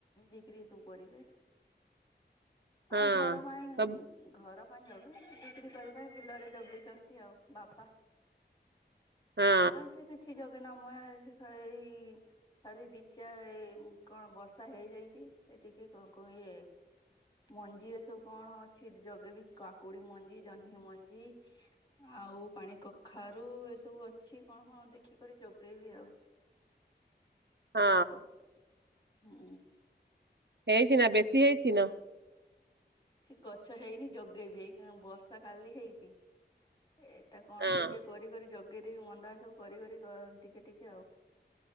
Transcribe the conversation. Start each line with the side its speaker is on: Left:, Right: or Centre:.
Left: ବିକ୍ରି ସବୁ କରିବେ।
Right: ହଁ।
Left: ଆଉ ଘର ପାଇଁ
Right: ସବ
Left: ଘର ପାଇଁ ଲଗେଇନାହାନ୍ତି ବିକ୍ରି କରିବା ପାଇଁ ବିଲରେ ଲଗେଇଛନ୍ତି ଆଉ ବାପା।
Right: ହଁ
Left: ଆମ ଏଠି କିଛି <unintelligible> ଖାଲି ଦି <unintelligible> ଏ କଣ ବର୍ଷା ହେଇଯାଇଚି ଏ ଟିକେ କଣ କଣ ଇଏ ମଞ୍ଜି ଏସବୁ କଣ ଅଛି ଜଗେଇବେ କି କାକୁଡି ମଞ୍ଜି, ଜହ୍ନି ମଞ୍ଜି ଆଉ ପାଣି କଖାରୁ ଏସବୁ ଅଛି କଣ କଣ ଦେଖିକରି ଜଗେଇବି ଆଉ।
Right: ହଁ
Left: କ ହୁଁ।
Right: ହେଇଚି ନା ବେଶୀ ହେଇଚି ନା?
Left: ଗଛ ହେଇନି ଜଗେଇବି। ଏଇ ବର୍ଷା କାଲି ହେଇଚି। ଏଟା କଣ
Right: ହଁ।
Left: ଟିକେ କରି କରି ଜ ଜଗେଇଦେବି ମନ୍ଦା ସବୁ କରି କରି ଟିକେ ଟିକେ ଆଉ।